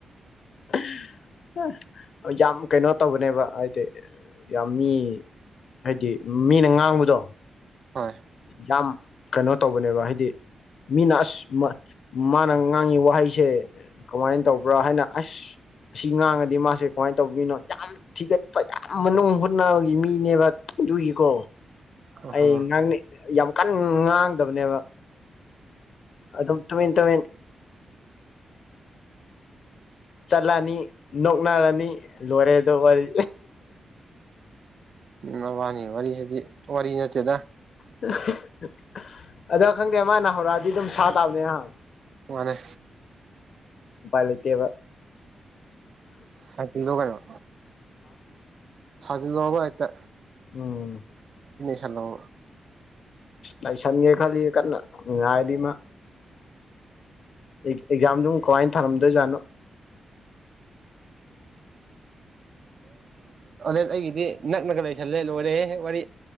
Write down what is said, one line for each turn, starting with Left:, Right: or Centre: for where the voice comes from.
Left: <unintelligible> ꯌꯥꯝ ꯀꯩꯅꯣ ꯇꯧꯕꯅꯦꯕ ꯍꯥꯏꯗꯤ ꯌꯥꯝ ꯃꯤ ꯍꯥꯏꯗꯤ ꯃꯤꯅ ꯉꯥꯡꯕꯗꯣ꯫
Right: ꯍꯣꯏ
Left: ꯌꯥꯝ꯫ ꯀꯩꯅꯣ ꯇꯧ ꯕꯅꯦꯕ ꯍꯥꯏꯗꯤ ꯃꯤꯅ ꯑꯁ꯫ ꯃ ꯃꯥꯅ꯫ ꯑꯉꯥꯡꯉꯤ ꯋꯥꯍꯩꯁꯦ ꯀꯃꯥꯏꯅ ꯇꯧꯕ꯭ꯔꯥ ꯍꯥꯏꯅ ꯑꯁ ꯑꯁꯤ ꯉꯥꯡꯉꯗꯤ ꯃꯥꯁꯦ ꯀꯃꯥꯏꯅ ꯇꯧꯕꯤꯅꯣ ꯌꯥꯝ ꯊꯤꯒꯠꯄ ꯌꯥꯝ ꯃꯅꯨꯡ ꯍꯨꯠꯅꯒꯤ ꯃꯤꯅꯦꯕ ꯑꯗꯨꯒꯤꯀꯣ꯫
Right: ꯑꯣ
Left: ꯑꯩ
Right: ꯍꯣ꯫
Left: ꯉꯥꯡꯅ ꯌꯥꯝ ꯀꯟ ꯉꯥꯡꯗꯕꯅꯦꯕ꯫ ꯑꯗꯨꯝ ꯇꯨꯃꯤꯟ ꯇꯨꯃꯤꯟ꯫ ꯆꯠꯂꯅꯤ ꯅꯣꯛꯅꯔꯅꯤ ꯂꯣꯏꯔꯦꯗꯣ ꯋꯥꯔꯤ
Right: ꯎꯝ ꯃꯕꯅꯤ ꯋꯥꯔꯤꯁꯤꯗꯤ ꯋꯥꯔꯤ ꯅꯠꯇꯦꯗ
Left: <unintelligible> ꯑꯗꯣ ꯈꯪꯗꯦ ꯃꯥꯅ ꯍꯧꯔꯛꯑꯗꯤ ꯑꯗꯨꯝ ꯁꯥ ꯇꯥꯕꯅꯦ ꯅꯍ
Right: ꯃꯥꯅꯦ
Left: ꯎꯄꯥꯏ ꯂꯩꯇ‌ꯦꯕ
Right: ꯂꯥꯛꯆꯤꯜꯂ‌ꯣ ꯀꯩꯅ‌ꯣ ꯁꯥꯖꯤꯜꯂ‌ꯣꯕꯕ ꯍꯥꯏꯇ
Left: ꯎꯝ
Right: ꯈꯂꯣ
Left: ꯂꯥꯏꯁꯟꯒꯦ ꯈꯜꯂꯤ ꯀꯟꯅ ꯅꯨꯡꯉꯥꯏꯔꯤꯃ ꯑꯦꯛꯖꯥꯝꯗꯨ ꯀꯃꯥꯏꯅ ꯊꯥꯔꯝꯗꯣꯏꯖꯥꯠꯅꯣ
Right: ꯑꯂ ꯑꯩꯒꯤꯗꯤ ꯅꯛꯅꯒ ꯂꯩꯁꯜꯂꯦ ꯂꯣꯏꯔꯦ ꯋꯥꯔꯤ